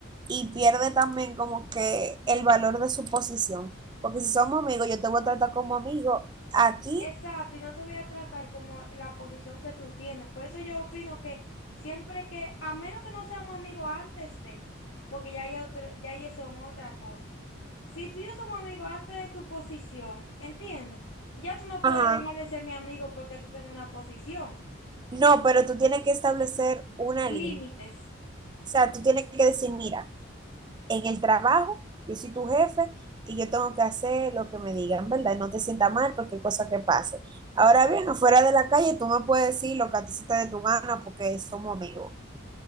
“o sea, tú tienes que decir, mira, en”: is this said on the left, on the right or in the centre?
Right